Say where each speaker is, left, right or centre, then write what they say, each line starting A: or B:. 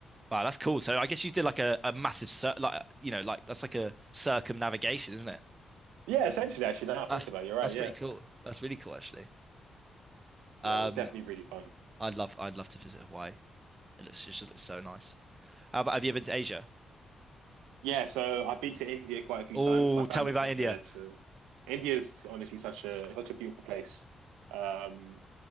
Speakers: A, on the right; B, on the right.
A: Wow, that's cool. So I guess you did like a, a massive cir like you know like that's like a circumnavigation, isn't it?
B: yeah. Essentially, actually, now I
A: That's
B: think about it, you're right.
A: that's
B: Yeah,
A: pretty cool. That's really cool actually. Um,
B: yeah. It was definitely really fun.
A: I'd love I'd love to visit Hawaii. It looks it just looks so nice. How about have you ever been to Asia?
B: Yeah, so I've been to India quite a few
A: Oh,
B: times. My family's
A: tell me about
B: from
A: India.
B: there, so India's honestly such a such a beautiful place. Um,